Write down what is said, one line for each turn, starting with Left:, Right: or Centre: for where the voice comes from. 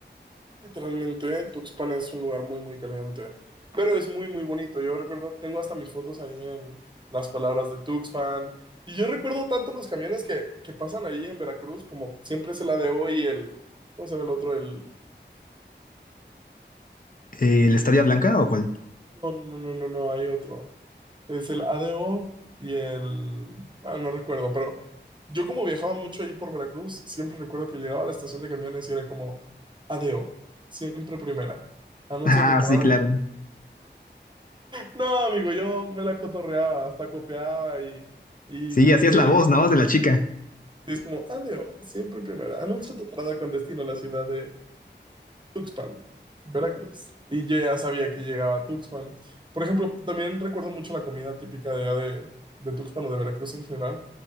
Right: Literalmente, Tuxpan es un lugar muy, muy caliente, pero es muy, muy bonito. Yo recuerdo, tengo hasta mis fotos ahí en las palabras de Tuxpan, y yo recuerdo tanto los camiones que, que pasan ahí en Veracruz, como siempre es el ADO y el, ¿cómo se llama el otro? El,
Left: Eh, ¿la Estrella Blanca o cuál?
Right: no, no, no, no, no, hay otro. Es el ADO y el, ah, no recuerdo, pero yo como viajaba mucho ahí por Veracruz, siempre recuerdo que llegaba a la estación de camiones y era como ADO, siempre primera, anuncia
Left: Ah,
Right: tu parada
Left: sí, claro.
Right: No, amigo, yo me la cotorreaba, hasta copiaba y, y,
Left: Sí, así
Right: y
Left: es
Right: ahí
Left: la voz, ¿no? De la chica.
Right: es como, adeo, siempre primera. Anuncio de parada con destino a la ciudad de Tuxpan, Veracruz. Y yo ya sabía que llegaba a Tuxpan. Por ejemplo, también recuerdo mucho la comida típica de allá de, de Tuxpan o de Veracruz en general.